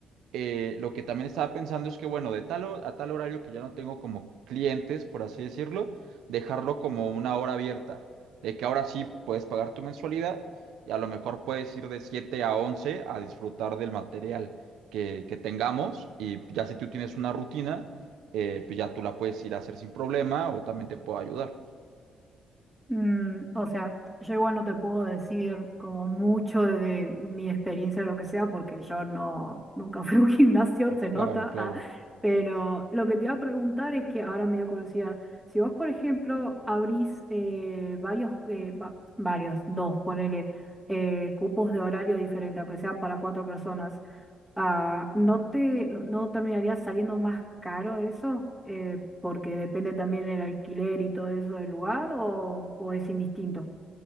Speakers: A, on the right (about 85°); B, in the centre.
A: eh, lo que también estaba pensando es que, bueno, de tal ho- a tal horario que ya no tengo como clientes, por así decirlo, dejarlo como una hora abierta, de que ahora sí puedes pagar tu mensualidad y a lo mejor puedes ir de 7 a 11 a disfrutar del material que, que tengamos y ya si tú tienes una rutina, eh, pues ya tú la puedes ir a hacer sin problema o también te puedo ayudar.
B: Mm, o sea, yo igual no te puedo decir como mucho de de mi experiencia o lo que sea, porque yo no, nunca <laughs> fui a un gimnasio, se nota,
A: Claro, claro.
B: ah, pero lo que te iba a preguntar es que ahora me dio curiosidad, si vos, por ejemplo, abrís eh, varios, eh, va- varios, dos, ponele, eh, cupos de horario diferente, aunque sea para cuatro personas, Ah, ¿no te, no, no terminaría saliendo más caro eso? Eh, porque depende también el alquiler y todo eso del lugar o, o es indistinto.